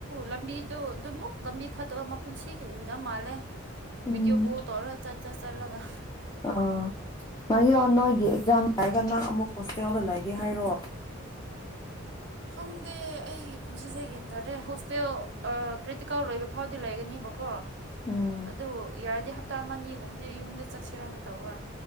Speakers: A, on the right; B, on the left.
A: ꯂꯝꯕꯤꯗꯨ ꯑꯗꯨꯃꯨꯛ ꯂꯝꯕꯤ ꯐꯠꯇꯕꯒ ꯃꯄꯨꯟꯁꯤꯒꯤ ꯎꯗꯕ ꯃꯥꯜꯂꯦ
B: ꯎꯝ
A: ꯕꯤꯗꯤꯌꯣ ꯀꯣꯜ ꯇꯧꯔꯒ ꯆꯠ ꯆꯠ ꯆꯠꯂꯒ
B: <unintelligible> ꯍꯣꯁꯇꯦꯜꯗ ꯂꯩꯒꯦ ꯍꯥꯏꯔꯣ
A: ꯈꯪꯗꯦ ꯑꯩꯒꯤ ꯄꯨꯟꯁꯤꯁꯦ ꯒꯤꯌꯥꯟꯇꯥꯗ꯭ꯔꯦ ꯍꯣꯁꯇꯦꯜ ꯑ ꯄ꯭ꯔꯤꯇꯤꯀꯥꯜ ꯂꯣꯏꯕ ꯐꯥꯎꯗꯤ ꯂꯩꯒꯅꯤꯕꯀꯣ
B: ꯎꯝ
A: ꯑꯗꯨ ꯌꯥꯔꯗꯤ ꯍꯞ ꯍꯞꯇꯥ ꯑꯃꯅꯤꯒꯨꯝꯕꯗꯤ ꯌꯨꯝꯗ ꯆꯠꯁꯤꯔꯥꯅ ꯇꯧꯕ